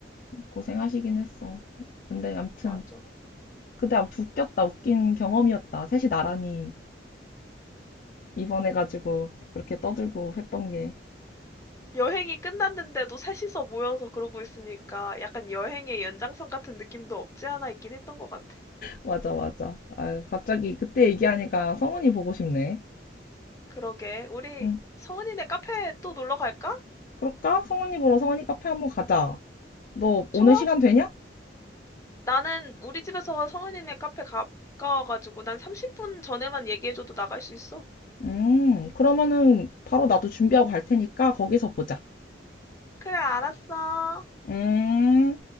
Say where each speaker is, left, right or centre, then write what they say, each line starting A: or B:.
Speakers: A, on the left; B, on the left.
A: 고생하시긴 했어. 근데 암튼
B: 맞아.
A: 그때 암튼 웃겼다. 웃긴 경험이었다. 셋이 나란히 입원해가지고 그렇게 떠들고 했던 게
B: 여행이 끝났는데도 셋이서 모여서 그러고 있으니까 약간 여행의 연장선 같은 느낌도 없지 않아 있긴 했던 것 같아.
A: 맞아 맞아. 아유, 갑자기 그때 얘기하니까 성훈이 보고 싶네.
B: 그러게. 우리
A: 응.
B: 성은이네 카페 또 놀러 갈까?
A: 그럴까? 성훈이 보러 성훈이 카페 한번 가자. 너 오늘
B: 좋아.
A: 시간 되냐?
B: 나는 우리 집에서 성은이네 카페 가까워가지고 난 30분 전에만 얘기해줘도 나갈 수 있어.
A: 음, 그러면은 바로 나도 준비하고 갈 테니까 거기서 보자.
B: 그래, 알았어.
A: 음.